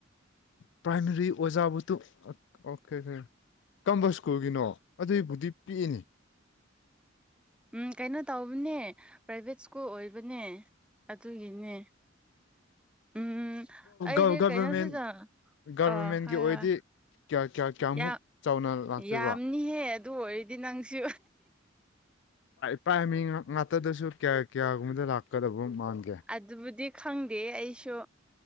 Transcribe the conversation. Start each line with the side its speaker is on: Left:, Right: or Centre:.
Left: ꯄ꯭ꯔꯥꯏꯃꯔꯤ ꯑꯣꯖꯥꯕꯨ ꯇꯣ ꯑꯣꯀꯦ ꯑꯣ ꯀꯝꯕ ꯁ꯭ꯀꯨꯜꯒꯤꯅꯣ ꯑꯗꯨꯏꯕꯨꯗꯤ ꯄꯤꯛꯏꯅꯤ
Centre: ꯎꯝ ꯀꯩꯅꯣ ꯇꯧꯕꯅꯦ ꯄ꯭ꯔꯥꯏꯚꯦꯠ ꯁ꯭ꯀꯨꯜ ꯑꯣꯏꯕꯅꯦ ꯑꯗꯨꯒꯤꯅꯦ ꯎꯝ ꯑꯩꯗꯤ
Left: ꯑꯣ ꯒꯚꯔꯃꯦꯟ
Centre: ꯀꯩꯅꯣꯁꯤꯗ
Left: ꯒꯚꯔꯃꯦꯟꯒꯤ
Centre: ꯑꯥ ꯍꯣꯏ
Left: ꯑꯣꯏꯗꯤ
Centre: ꯍꯣꯏ
Left: ꯀꯌꯥ ꯀꯌꯥ ꯀꯌꯥꯃꯨꯛ
Centre: ꯌꯥꯝ
Left: ꯆꯥꯎꯅ ꯂꯥꯛꯇꯣꯏꯕ
Centre: ꯌꯥꯝꯅꯤꯍꯦ ꯑꯗꯨ ꯑꯣꯏꯔꯗꯤ ꯅꯪꯁꯨ
Left: ꯄꯥꯏꯃꯤ ꯉꯥꯛꯇꯗꯁꯨ ꯀꯌꯥ ꯀꯌꯥꯒꯨꯝꯕꯗ ꯂꯥꯛꯀꯗꯕ ꯃꯥꯟꯒꯦ
Centre: ꯑꯗꯨꯕꯨꯗꯤ ꯈꯪꯗꯦ ꯑꯩꯁꯨ